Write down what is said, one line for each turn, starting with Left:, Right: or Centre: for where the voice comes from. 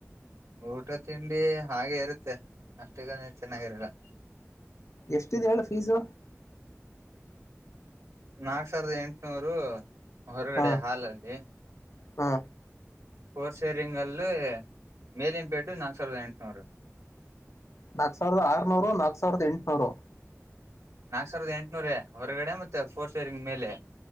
Right: ಊಟ ತಿಂಡಿ ಹಾಗೆ ಇರುತ್ತೆ ಅಷ್ಟ ಗ ಚೆನ್ನಾಗಿರಲ್ಲ
Left: ಎಷ್ಟಿದೆ ಹೇಳ ಫೀಸು
Right: ನಾಕ್ ಸಾವಿರದ ಎಂಟುನೂರು ಹೊರಗಡೆ
Left: ಹಾ
Right: ಹಾಲಲ್ಲಿ
Left: ಹಾ
Right: ಫೋರ್ ಸೇರಿಂಗ್ಲ್ಲು ಮೇಲಿಂ ಬೆಡ್ಡು ನಾಕ್ ಸಾವಿರದ ಎಂಟುನೂರು
Left: ನಾಕ್ ಸಾವರದ ಆರ್ನೂರು ನಾಕ್ ಸಾವಿರದ ಎಂಟ್ನೂರು
Right: ನಾಕ್ ಸಾವಿರದ ಎಂಟ್ನೂರ ಹೊರಗಡೆ ಮತ್ತೆ ಫೋರ್ ಶೇರಿಂಗ್ ಮೇಲೆ